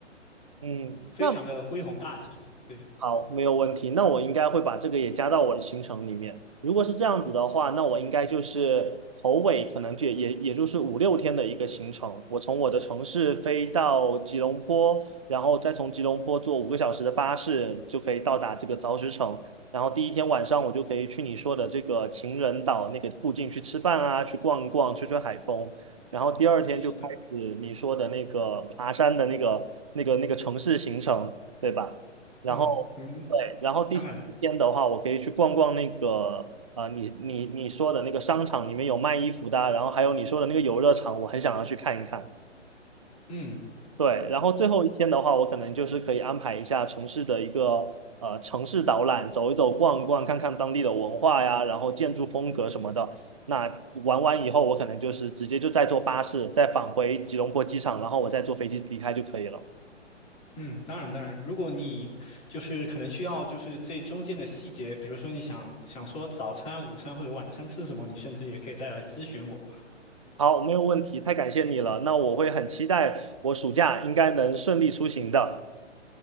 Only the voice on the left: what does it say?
非常的恢弘大气。
对，
是的。
嗯，嗯。
当然，
嗯
嗯，当然当然，如果你就是可能需要就是这中间的细节，比如说你想想说早餐、午餐或者晚餐吃什么，你甚至也可以再来咨询我。